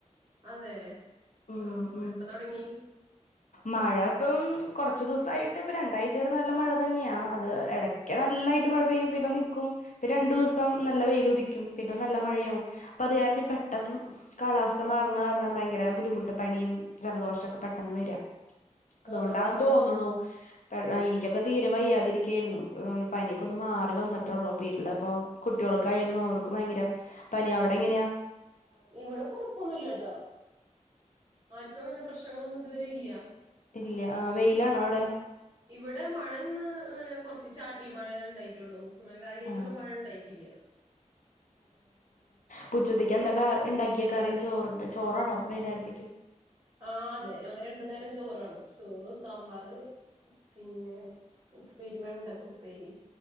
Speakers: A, on the right; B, on the left.
A: അതെ
B: ഉം
A: ആ
B: ഉം
A: എപ്പൊ തൊടങ്ങി
B: മഴ ഇപ്പം കൊറച്ച് ദിവസായിട്ട് ഇപ്പ രണ്ടാഴ്ചയാറ്റ് നല്ല മഴ തന്നെയാ അത് എടക്ക് നല്ലായ് ഇട്ട് മഴ പെയ്യും പിന്നെ നിക്കും പിന്നെ രണ്ടുസം നല്ല വെയിലുദിക്കും. പിന്ന നല്ല മഴയാവും. അപ്പ അത് കാരണി പെ പെട്ടെന്ന് കാലാവസ്ഥ മാറുന്ന കാരണം ഭയങ്കര ബുദ്ധിമുട്ട് പനിയും ജലദോഷോക്ക പെട്ടെന്ന് വര്ആ അതുകൊണ്ടാന്ന്
A: ആഹ് ആഹ്
B: തോന്ന്ണു
A: ശരി
B: പ്പഴ് ആ എനിക്കൊക്ക തീരെ വയ്യാതിരിക്കയായിരുന്നു. ആ പനി ഒക്കെ ഒന്ന് മാറി വന്നിട്ടൊള്ളൂ വീട്ടിലപ്പോ കുട്ടി ക്കായാലും ഓർക്കും ഭയങ്കര പനി അവ്ടങ്ങനെയാ
A: ഇവിട കൊഴപ്പൊന്നുല്ല്യാട്ടോ ആര്ക്കും അങ്ങനത്ത പ്രശ്നങ്ങളൊന്നും ഇതുവരെ ഇല്ല്യ
B: ഇല്ല്യ ആ വെയിലാണോ അവ്ടെ
A: ഇവടെ മഴന്ന് അങ്ങനെ കൊറച്ച് ചാറ്റൽ മഴേണ്ടായിറ്റൊള്ളൂ അങ്ങനെ കാര്യായിട്ടുള്ള
B: ആ
A: മഴണ്ടായിറ്റില്ല
B: പ്പുച്ചത്തയ്ക്ക് എന്തൊക്കാ ഇണ്ടാക്കിയെക്ക അറിയും ചോറ്ണ്ട് ചോറാണോ വയ്യ് ന്നേരത്തക്കും
A: ആഹ് അതെ ഞങ്ങ രണ്ടു നേരം ചോറാണ് ചോറ് സ് സാമ്പാറ് പിന്നെ ഉപ്പേരി വെണ്ടക്ക ഉപ്പേരി